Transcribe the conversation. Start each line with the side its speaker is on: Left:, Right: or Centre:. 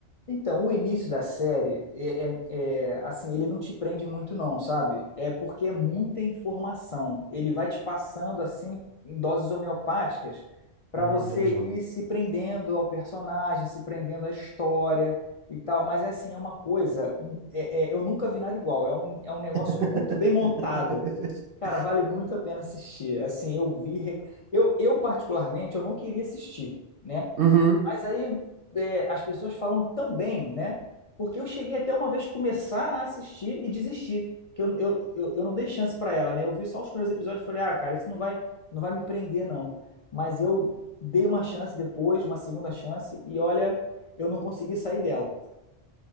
Left: Então, o início da série é, é- é, assim, ele não te prende muito não, sabe? É porque é muita informação. Ele vai te passando assim em doses homeopáticas para
Right: Hum,
Left: você
Right: entendi.
Left: ir se prendendo ao personagem, se prendendo à história e tal. Mas é assim, é uma coisa, hum, é- é, eu nunca vi nada igual. É um, é um negócio
Right: <laughs>
Left: muito bem montado. Cara, vale muito a pena assistir. Assim, eu vi, rec- eu, eu particularmente, eu não queria assistir. né?
Right: Uhum.
Left: Mas aí é, as pessoas falam tão bem, né? Porque eu cheguei até uma vez começar a assistir e desistir. Que eu, eu, eu, eu não dei chance pra ela, né? Eu vi só os primeiros episódios e falei, ah, cara, isso não vai, não vai me prender, não. Mas eu dei uma chance depois, uma segunda chance, e olha, eu não consegui sair dela.